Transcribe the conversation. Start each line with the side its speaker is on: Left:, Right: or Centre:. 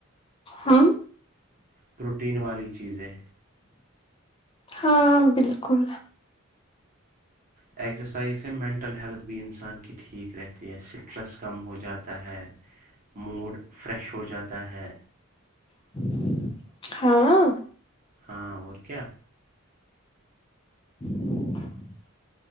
Left: ہاں
Right: پروٹین والی چیزیں
Left: ہاں بالکل
Right: ایگزرسائز سے مینٹل ہیلتھ بھی انسان کی ٹھیک رہتی ہے اس سے اسٹریس کم ہو جاتا ہے موڈ فریش ہو جاتا ہے
Left: <inaudible> ہاں
Right: ہاں اور کیا
Left: <inaudible>